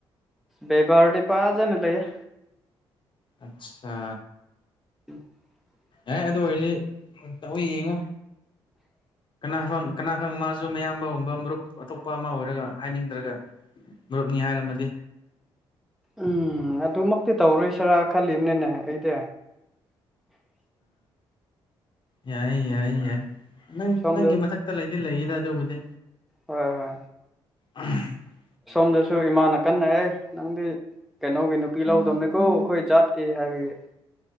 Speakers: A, in the centre; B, on the left.
A: ꯕꯕꯥꯔꯗꯤ ꯄꯥꯖꯅ ꯂꯩꯦꯦ
B: ꯑꯆꯥ
A: ꯎꯝ <unintelligible> <inaudible>
B: ꯑꯦ ꯑꯗꯨ ꯑꯣꯏꯔꯗꯤ ꯇꯧ ꯌꯦꯡꯉꯣ ꯀꯅꯥꯕꯪ ꯀꯅꯥꯒꯪ ꯃꯥꯁꯨ ꯃꯌꯥꯝꯕꯒꯨꯝꯕ ꯃꯔꯨꯞ ꯑꯇꯣꯞꯄ ꯑꯃ ꯑꯣꯏꯔꯒ ꯍꯥꯏꯅꯤꯡꯗ꯭ꯔꯒ ꯃꯔꯨꯞꯅꯤ ꯍꯥꯏꯔꯝꯃꯗꯤ
A: ꯎꯝ ꯑꯗꯨꯃꯛꯇꯤ ꯇꯧꯔꯣꯏꯁꯤꯔꯥ ꯈꯜꯂꯤꯕꯅꯤꯅꯦ ꯑꯩꯗꯤ
B: ꯌꯥꯏ ꯌꯥꯏ ꯌꯥ ꯅꯪ
A: ꯁꯣꯝꯗ
B: ꯅꯪꯒꯤ ꯃꯊꯛꯇ ꯂꯩꯗꯤ ꯂꯩꯔꯤꯗ ꯑꯗꯨꯕꯨꯗꯤ
A: ꯍꯣꯏ ꯍꯣꯏ
B: ꯎ <unintelligible> <inaudible>
A: ꯁꯣꯝꯗꯁꯨ ꯏꯃꯥꯅ ꯀꯟꯅ ꯑꯦ ꯅꯪꯗꯤ ꯀꯩꯅꯣꯒꯤ ꯅꯨꯄꯤ ꯂꯧꯗꯗꯝꯕꯅꯦꯀꯣ ꯑꯩꯈꯣꯏ ꯖꯥꯠꯀꯤ ꯍꯥꯏꯕꯒꯤ